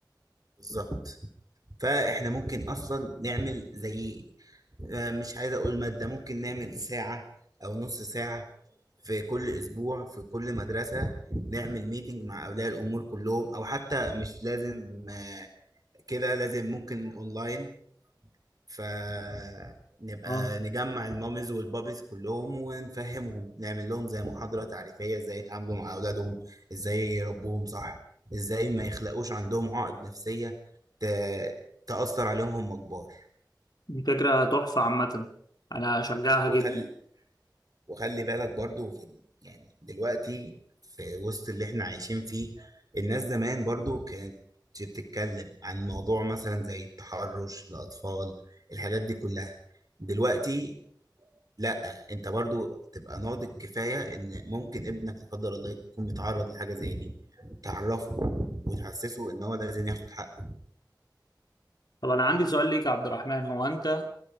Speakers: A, on the right; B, on the left.
A: بالظبط فاحنا ممكن اصلا نعمل زي آه، مش عايز اقول مادة ممكن نعمل ساعة او نص ساعة في كل اسبوع في كل مدرسة نعمل ميتنج مع اولياء الامور كلهم او حتى مش لازم آه، كده لازم ممكن اونلاين فنبقى
B: اه
A: نجمع المامز والبابيز كلهم ونفهمهم نعمل لهم زي محاضرة تعريفية ازاي يتعاملوا مع اولادهم ازاي يربوهم صح ازاي ما يخلقوش عندهم عقد نفسية ت- تأثر عليهم هم كبار
B: دي فكرة تحفة عامة انا اشجعها
A: ويخلي
B: جدا
A: وخلي بالك برضو في يعني دلوقتي في وسط اللي احنا عايشين فيه الناس زمان برضو كانت بتتكلم عن موضوع مثلا زي التحرش الأطفال الحاجات دي كلها دلوقتي لا انت برضو تبقى ناضج كفاية ان ممكن ابنك لا قدر الله يكون متعرض لحاجة زي دي تعرفه وتحسسه ان هو لازم ياخد حقه
B: طب انا عندي سؤال ليك يا عبد الرحمن هو انت